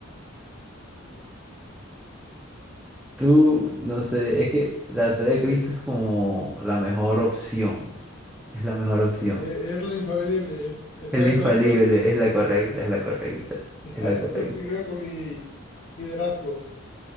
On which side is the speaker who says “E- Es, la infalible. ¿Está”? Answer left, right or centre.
Left